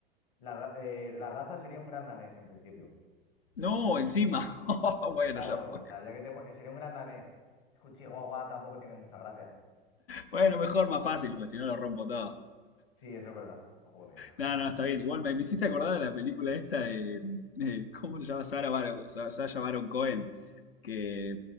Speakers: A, on the left; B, on the left.
A: la, ra- eh, la raza sería un gran danés en principio.
B: No, encima. <laughs> Oh, bueno,
A: Claro,
B: ya fue.
A: o sea, ya que te... po- Sería un gran danés. Es que un chihuahua tampoco tiene mucha gracia.
B: Bueno, mejor, más fácil, pues si no lo rompo todo.
A: Sí, eso es verdad. Joder. <laughs>
B: No,
A: la
B: no,
A: Virgen.
B: está bien. Igual me, me hiciste acordar de la película esta de, eh, ¿cómo se llama? Sarah Bar- Sa- Sacha Baron Cohen, que